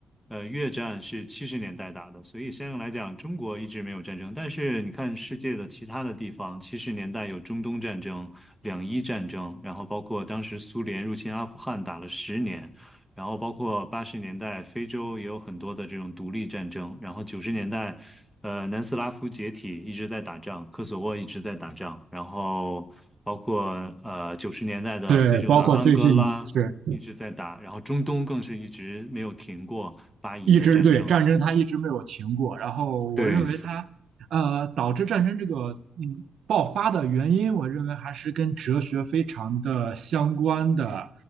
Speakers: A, in the centre; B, on the right.
A: 呃，越战是七十年代打的，所以相应来讲，中国一直没有战争。但是你看世界的其他的地方，七十年代有中东战争、两伊战争，然后包括当时苏联入侵阿富汗打了十年，然后包括八十年代非洲也有很多的这种独立战争，然后九十年代，呃，南斯拉夫解体一直在打仗，科索沃一直在打仗，然后包括呃九十年代的非洲的安哥拉一直在打，
B: 对，包括最近是
A: 然后中东更是一直没有停过巴以的战争。
B: 一直对战争，它一直没有停过。然后我认为它，
A: 对，
B: 呃，导致战争这个嗯爆发的原因，我认为还是跟哲学非常的相关的，